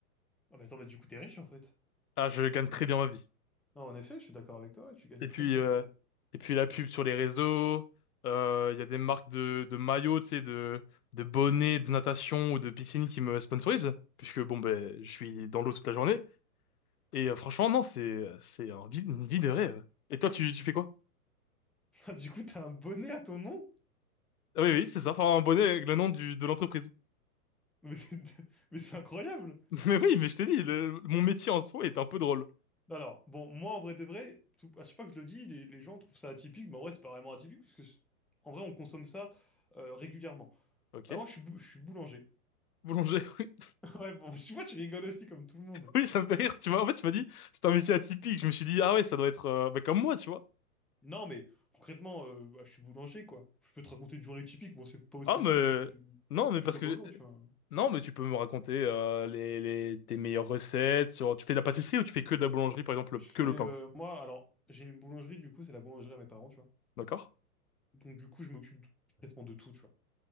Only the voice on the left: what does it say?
Ah, je gagne très bien ma vie.
Et puis,
euh,
et puis la pub sur les réseaux, euh, il y a des marques de, de maillots, tu sais, de, de bonnets de natation ou de piscine qui me sponsorisent, puisque bon, ben, je suis dans l'eau toute la journée. Et euh, franchement, non, c'est, c'est un vie- une vie de rêve. Et toi, tu, tu fais quoi?
Ah oui, oui, c'est ça. Enfin, un bonnet avec le nom du, de l'entreprise.
<laughs> Mais oui, mais je t'ai dit, le- mon métier en soi est un peu drôle.
Ok.
Boulanger, <laughs> oui.
Oui, ça me fait rire. Tu vois, en fait, tu m'as dit, c'est un métier atypique. Je me suis dit, ah ouais, ça doit être euh, bah, comme moi, tu vois.
Ah, mais...
Non, mais
parce
que...
Non, mais tu peux me raconter euh, les, les, tes meilleures recettes sur... Tu fais de la pâtisserie ou tu fais que de la boulangerie, par exemple, le-
que le
pain?
D'accord?